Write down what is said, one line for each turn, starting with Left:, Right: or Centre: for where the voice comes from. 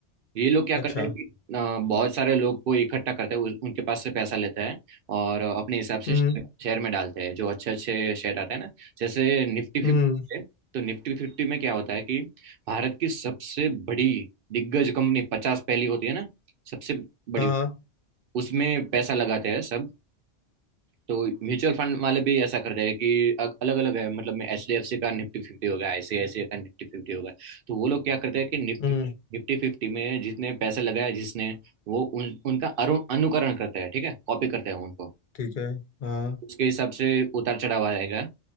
Right: ये लोग क्या करते
Left: अच्छा
Right: हैं कि अ, बहुत सारे लोग को इकट्ठा करते हैं उ- उनके पास से पैसा लेते हैं और अपने हिसाब
Left: हम्म
Right: से शेयर में डालते हैं जो अच्छे अच्छे शेयर आते हैं ना जैसे निफ्टी फिफ्टी
Left: हम्म
Right: तो निफ्टी फिफ्टी में क्या होता है कि भारत की सबसे बड़ी दिग्गज कंपनी पचास पहली होती है ना सबसे बड़ी
Left: हाँ हाँ
Right: उसमें पैसा लगाते हैं सब तो म्यूचुअल फंड वाले भी ऐसा कर रहे हैं कि अलग अलग है मतलब में एच डी एफ सी का निफ्टी फिफ्टी होगा आईसीआईसीआई का निफ्टी फिफ्टी होगा तो वो लोग क्या करते हैं कि निफ्टी
Left: हम्म
Right: निफ्टी फिफ्टी में जितने पैसे लगाए जिसने वो उन उनका अरु- अनुकरण करते हैं ठीक है कॉपी करते हैं उनको
Left: ठीक है हाँ
Right: उसके हिसाब से उतार चढ़ाव आएगा